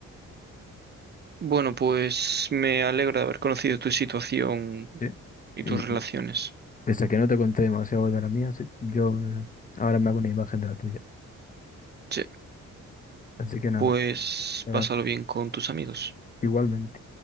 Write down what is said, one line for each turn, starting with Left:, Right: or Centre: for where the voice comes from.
Right: Bueno, pues me alegro de haber conocido tu situación
Left: Sí.
Right: y
Left: Y,
Right: tus relaciones.
Left: y pese a que no te conté demasiado de la mía, sí, yo eh, ahora me hago una imagen de la tuya.
Right: Sí,
Left: Así que nada,
Right: pues
Left: nada,
Right: pásalo bien con tus amigos.
Left: igualmente.